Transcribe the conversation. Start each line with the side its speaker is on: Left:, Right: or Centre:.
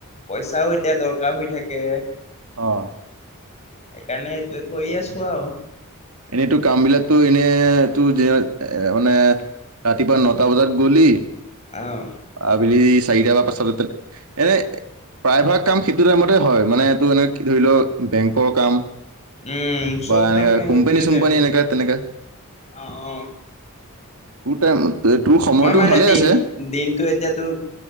Left: পইচাও এতিয়া দৰকাৰ হৈ থাকে
Right: অ
Left: সেইকাৰণে এইটোৱে কৰি আছোঁ আৱ
Right: এনেতো কাম বিলাকটো এনে তো দিনত এ মানে ৰাতিপুৱা নটা বজাত গলি
Left: আহ
Right: আবেলি চাৰিটা বা পাচটা বজাত তে এনেই প্ৰায়ভাগ কাম সেইটো টাইমতে হয় মানে এইটো এনে কি ধৰি ল বেংকৰ কাম
Left: উম চব
Right: বা এনেকা
Left: কামে
Right: কোম্পানী-চোম্পানি
Left: সেইটো টাইমতে
Right: এনেকা তেনেকা
Left: অ অ
Right: তোৰটাইম তোৰ সময়টো
Left: মই মানে
Right: ভালে
Left: দিন
Right: আছে
Left: দিনটো এতিয়া তোৰ